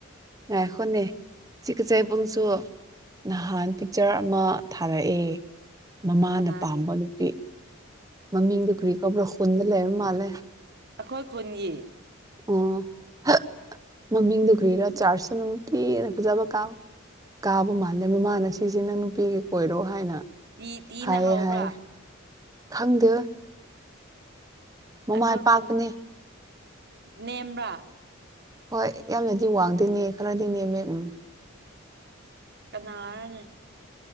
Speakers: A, on the right; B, on the right.
A: ꯉꯥꯏꯈꯣꯅꯦ <unintelligible> ꯕꯨꯡꯁꯨ ꯅꯍꯥꯟ ꯄꯤꯛꯆꯔ ꯑꯃ ꯊꯥꯔꯛꯑꯦ ꯃꯃꯥꯅ
B: ꯀꯅꯥꯒꯤ
A: ꯄꯥꯝꯕ ꯅꯨꯄꯤ ꯃꯃꯤꯡꯗꯨ ꯀꯨꯔꯤ ꯀꯧꯕ꯭ꯔ ꯈꯨꯨꯟꯗ ꯂꯩꯕ ꯃꯥꯜꯂꯦ
B: ꯑꯈꯣꯏ ꯈꯨꯟꯒꯤ
A: ꯑꯣ <unintelligible> ꯃꯃꯤꯡꯗꯨ ꯀꯔꯤꯔ <unintelligible> ꯅꯨꯡꯇꯤꯅ ꯐꯖꯕ ꯀꯥꯞ ꯀꯥꯕ ꯃꯥꯜꯂꯦ ꯃꯃꯥꯅ ꯁꯤꯁꯦ ꯅꯪ ꯅꯨꯄꯤꯒꯤ ꯀꯣꯏꯔꯣ ꯍꯥꯏꯅ
B: ꯇꯤ ꯇꯤꯅ
A: ꯍꯥꯏꯌꯦ
B: ꯍꯧꯕ꯭ꯔꯥ
A: ꯍꯥꯏꯌꯦ ꯈꯪꯗꯦꯗ ꯃꯃꯥꯏ
B: ꯑꯩꯈꯣꯏ
A: ꯄꯥꯛꯄꯅꯦ
B: ꯈꯨꯟ ꯅꯦꯝꯕ꯭ꯔꯥ
A: ꯍꯣꯏ ꯌꯥꯝꯅꯗꯤ ꯋꯥꯡꯗꯦꯅꯦ ꯈꯔꯗꯤ ꯅꯦꯝꯃꯦ ꯎꯝ
B: ꯀꯅꯥꯔꯅꯦ